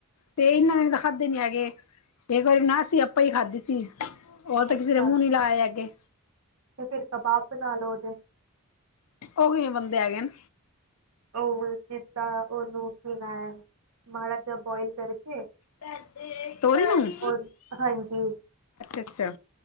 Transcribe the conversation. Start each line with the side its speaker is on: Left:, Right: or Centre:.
Left: ਤੇ ਇਹਨਾਂ ਨੇ ਤਾਂ ਖਾਧੇ ਨੀ ਹੈਗੇ, ਕਈ ਵਾਰੀ <unintelligible> ਆਪਾਂ ਹੀ ਖਾਧੀ ਸੀ ਔਰ ਤਾਂ
Right: ਅੱਛਾ
Left: ਕਿਸੇ ਨੇ ਮੂੰਹ ਨੀ ਲਿਆ ਅੱਗੇ
Right: ਤੇ ਫ਼ਿਰ ਕਬਾਬ ਬਣਾ ਲਉ ਉਹਦੇ
Left: ਉਹ ਕਿਵੇਂ ਬਣਦੇ ਹੈਗੇ ਨੇ
Right: ਉਹ ਜਿਸਦਾਂ ਉਹਨੂੰ ਕੀ ਨਾ ਏ ਮਾੜਾ ਜਿ ਬੋਇਲ ਕਰਕੇ
Left: ਤਾਡੇ, ਤੋਰੀ ਨੂੰ ਵੀ
Right: <unintelligible> ਹਾਂਜੀ
Left: ਅੱਛਾ